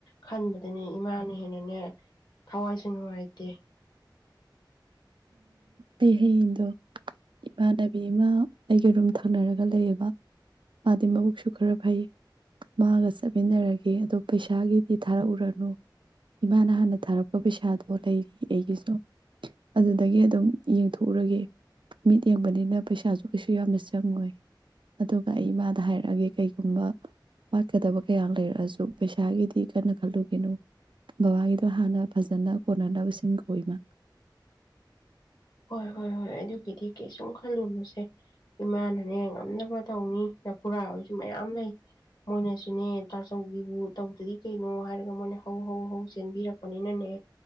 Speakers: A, on the left; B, on the right.
A: ꯈꯟꯕꯗꯨꯅꯦ ꯏꯃꯥ ꯦꯅꯦ ꯊꯋꯥꯏꯁꯨ ꯅꯨꯡꯉꯥꯏꯇꯦ
B: ꯑꯩ ꯍꯌꯦꯡꯗꯣ ꯏꯃꯥꯟꯅꯕꯤ ꯑꯃ ꯑꯩꯒ ꯔꯨꯝ ꯊꯪꯅꯔꯒ ꯂꯩꯑꯕ ꯃꯥꯗꯤ ꯃꯕꯨꯛꯁꯨ ꯈꯔ ꯐꯩ ꯃꯥꯒ ꯆꯠꯃꯤꯟꯅꯔꯒꯦ ꯑꯗꯣ ꯄꯩꯁꯥꯒꯤꯗꯤ ꯊꯥꯔꯛꯎꯔꯅꯨ ꯏꯃꯥꯅ ꯍꯥꯟꯅ ꯊꯥꯔꯛꯄ ꯄꯩꯁꯥꯗꯣ ꯂꯩꯔꯤ ꯑꯩꯒꯤꯁꯨ ꯑꯗꯨꯗꯒꯤ ꯑꯗꯨꯝ ꯌꯦꯡꯊꯣꯛꯎꯔꯒꯦ ꯃꯤꯠ ꯌꯦꯡꯕꯅꯤꯅ ꯄꯩꯁꯥꯁꯨ ꯀꯩꯁꯨ ꯌꯥꯝꯅ ꯆꯪꯉꯣꯏ ꯑꯗꯨꯒ ꯑꯩ ꯏꯃꯥꯗ ꯍꯥꯏꯔꯛꯦ ꯍꯥꯏꯒꯦ ꯀꯩꯒꯨꯝꯕ ꯋꯥꯠꯀꯗꯕ ꯀꯌꯥ ꯂꯩꯔꯛꯑꯁꯨ ꯄꯩꯁꯥꯒꯤꯗꯤ ꯀꯟꯅ ꯈꯜꯂꯨꯒꯦꯅꯣ ꯕꯕꯥꯒꯤꯗꯣ ꯍꯥꯟꯅ ꯐꯖꯅ ꯀꯣꯟꯅꯅꯕꯁꯤꯡ ꯀꯣꯏꯃ
A: ꯍꯣꯏ ꯍꯣꯏ ꯍꯣꯏ ꯑꯗꯨꯒꯤꯗꯤ ꯀꯩꯁꯨꯝ ꯈꯜꯂꯨꯨꯔꯨꯁꯦ ꯏꯃꯥꯅꯅꯦ ꯉꯝꯅꯕ ꯇꯧꯅꯤ ꯅꯀꯨꯔꯥ ꯑꯣꯏꯁꯨ ꯃꯌꯥꯝ ꯂꯩ ꯃꯣꯏꯅꯁꯨꯅꯦ ꯇꯥꯆꯧꯒꯤꯕꯨ ꯇꯧꯗꯗꯤ ꯀꯩꯅꯣ ꯍꯥꯏꯔꯒ ꯃꯣꯏꯅ ꯍꯧ ꯍꯧ ꯍꯧꯁ ꯆꯦꯟꯕꯤꯔꯛꯄꯅꯤꯅꯅꯦ